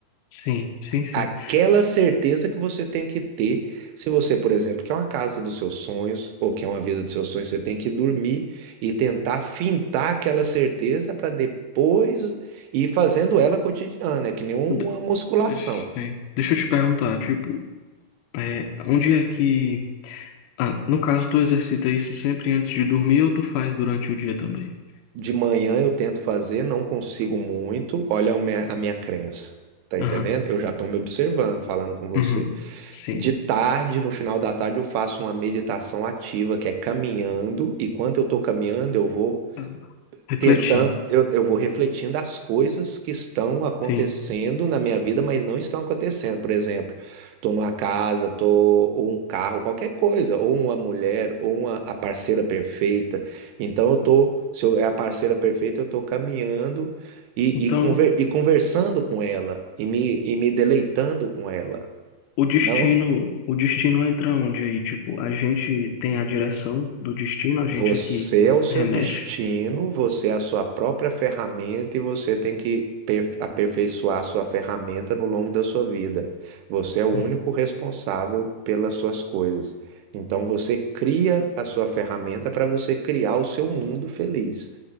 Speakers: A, on the left; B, on the right.
A: Sim, sim, sim.
B: Aquela certeza que você tem que ter, se você, por exemplo, quer uma casa dos seus sonhos ou quer uma vida dos seus sonhos, você tem que dormir e tentar fintar aquela certeza para depois ir fazendo ela cotidiana, é que nem uma
A: De-
B: musculação.
A: eh, sei. Deixa eu te perguntar, tipo, é, onde é que Ah, no caso, tu exercita isso sempre antes de dormir ou tu faz durante o dia também?
B: De manhã eu tento fazer, não consigo muito, olha a minha, a minha crença. Tá
A: Aham,
B: entendendo? Eu já estou me observando, falando com você.
A: uhum, sim.
B: De tarde, no final da tarde, eu faço uma meditação ativa, que é caminhando, e quando eu estou caminhando, eu vou
A: Tá. Refletindo,
B: tentando, eu, eu vou refletindo as coisas que estão acontecendo
A: sim.
B: na minha vida, mas não estão acontecendo. Por exemplo, estou numa casa, tô, ou um carro, qualquer coisa, ou uma mulher, ou uma, a parceira perfeita. Então eu tô, se eu, é a parceira perfeita, eu tô caminhando e,
A: Então,
B: e, conver, e conversando com ela, e me, e me deleitando com ela.
A: o destino,
B: Não,
A: o destino entra onde aí? Tipo, a gente tem a direção do destino, a
B: Você
A: gente aqui
B: é o seu
A: remete.
B: destino, você é a sua própria ferramenta e você tem que perf- aperfeiçoar a sua ferramenta no longo da sua vida. Você é o
A: Uhum.
B: único responsável pelas suas coisas. Então você cria a sua ferramenta para você criar o seu mundo feliz.